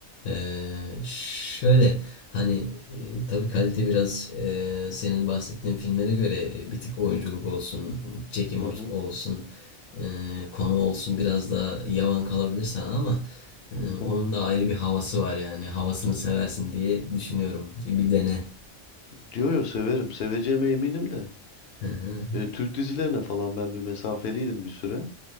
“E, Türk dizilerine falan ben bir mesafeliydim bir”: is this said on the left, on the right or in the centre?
Left